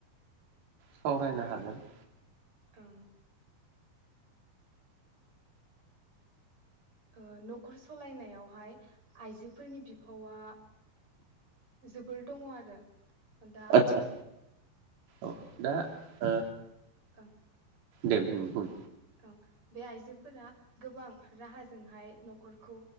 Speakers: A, on the right; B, on the right.
A: सावरायनो हागोन।
B: औ ओ न'खर सलायनायावहाय आइजोफोरनि बिफावा‌ जोबोर दङ आरो। दा
A: आदसा औ दा ओ
B: ओह।
A: दे बुं‌ बुं
B: औ बे आइजोफोरा गोबां राहाजोंहाय न'खरखौ